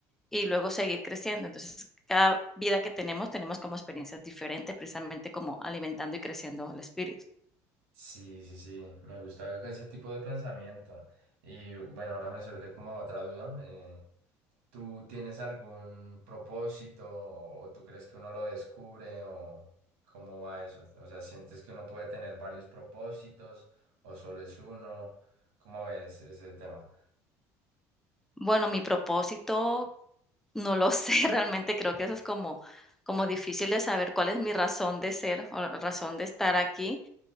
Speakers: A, in the centre; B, on the right.
A: y luego seguir creciendo. Entonces, cada vida que tenemos, tenemos como experiencias diferentes, precisamente como alimentando y creciendo el espíritu.
B: Sí, sí, sí, me gusta ese tipo de pensamiento. Y bueno, ahora me surge como otra duda. eh, ¿tú tienes algún propósito o, o tú crees que uno lo descubre o cómo va eso? O sea, ¿sientes que uno puede tener varios propósitos o solo es uno? ¿Cómo ves ese tema?
A: Bueno, mi propósito no lo sé, <laughs> realmente creo que eso es como como difícil de saber cuál es mi razón de ser o la razón de estar aquí,